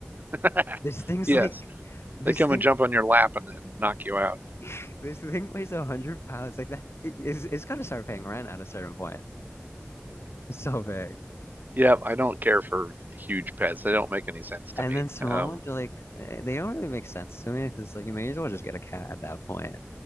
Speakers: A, on the right (about 45°); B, on the left (about 80°).
A: <laughs>
B: This <laughs> thing's
A: Yes,
B: like, this
A: they come
B: thing,
A: and jump on your lap and, and knock you out. <laughs>
B: <laughs> this thing weighs a hundred pounds. Like that, it, it's it's gotta start paying rent at a certain point. It's so big.
A: Yeah, I don't care for huge pets. They don't make any sense to
B: And
A: me.
B: then small
A: Um,
B: ones are like, eh, they don't really make sense to me because like you may as well just get a cat at that point.